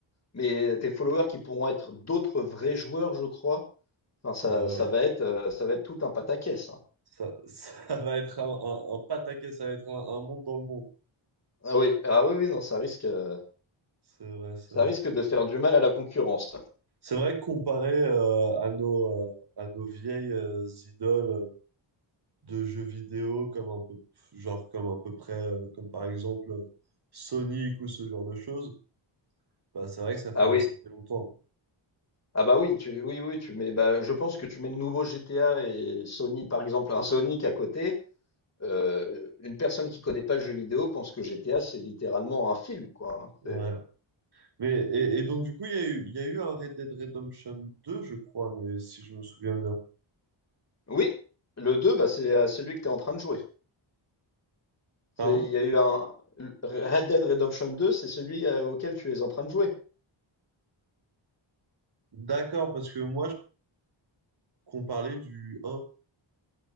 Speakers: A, on the left; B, on the right.
A: mais tes followers qui pourront être d'autres vrais joueurs, je crois. Enfin, ça,
B: Ah ouais,
A: ça va être, euh, ça va être tout un pataquès. hein.
B: ça, ça <laughs> va être un, un, un pataquès, ça va être un, un monde dans le monde.
A: Ah oui, ah oui, oui, non, ça risque, euh,
B: C'est vrai, c'est
A: ça
B: vrai.
A: risque de faire du mal à la concurrence.
B: C'est vrai que comparé euh, à nos, euh, à nos vieilles euh, idoles euh, de jeux vidéo, comme un peu, genre comme à peu près, euh, comme par exemple euh, Sonic ou ce genre de choses, Bah, c'est vrai que ça fait,
A: Ah oui,
B: ça fait longtemps. quoi.
A: ah bah oui, tu, oui, oui, tu mets, bah, je pense que tu mets le nouveau GTA et Sony, par exemple, un Sonic à côté. euh, une personne qui connaît pas le jeu vidéo pense que GTA, c'est littéralement un film, quoi. hein.
B: Ouais.
A: C'est-
B: Mais, et, et donc, du coup, il y a eu, il y a eu un Red Dead Redemption 2 je crois, mais si je me souviens bien.
A: Oui, le deux, bah, c'est euh, celui que tu es en train de jouer. C'est,
B: Pardon?
A: il y a eu un Red Dead Redemption 2, c'est celui euh, auquel tu es en train de jouer.
B: D'accord, parce que moi, je- qu'on parlait du un